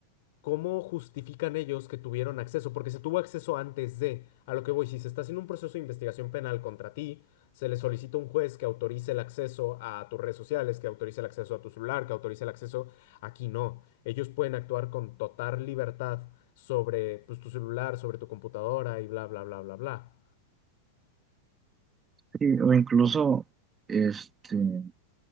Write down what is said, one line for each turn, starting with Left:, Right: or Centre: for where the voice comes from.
Left: ¿Cómo justifican ellos que tuvieron acceso? Porque se tuvo acceso antes de, a lo que voy, si se está haciendo un proceso de investigación penal contra ti, se le solicita a un juez que autorice el acceso a tus redes sociales, que autorice el acceso a tu celular, que autorice el acceso. Aquí no. Ellos pueden actuar con total libertad sobre, pues, tu celular, sobre tu computadora y bla, bla, bla, bla, bla.
Right: Sí, o incluso este